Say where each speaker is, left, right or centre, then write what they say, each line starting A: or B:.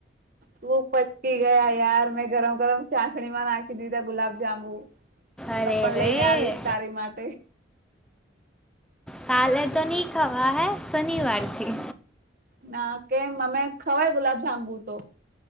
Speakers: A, on the right; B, in the centre.
A: તું પચકી ગયા યાર મેં ગરમ ગરમ ચાસણી માં નાખી દીધા ગુલાબ જાંબુ
B: અરે
A: તો પણ
B: રે
A: લઈને આવીશ તારી માટે
B: કાલે તો નહીં ખવા હૈ શનિવારથી
A: ના કેમ અમે ખવાય ગુલાબ જાંબુ તો